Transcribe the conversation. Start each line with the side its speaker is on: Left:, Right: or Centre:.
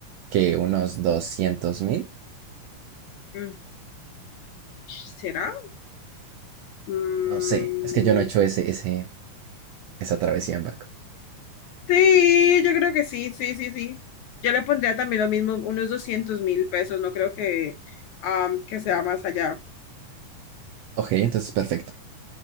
Right: que unos 200.000
Left: Mm, ¿Será? Mm,
Right: No sé, es que yo no he hecho ese, ese, esa travesía en barco.
Left: sí, yo creo que sí, sí, sí, sí. Yo le pondría también lo mismo, unos doscientos mil pesos, no creo que, am, que sea más allá.
Right: Ok, entonces perfecto.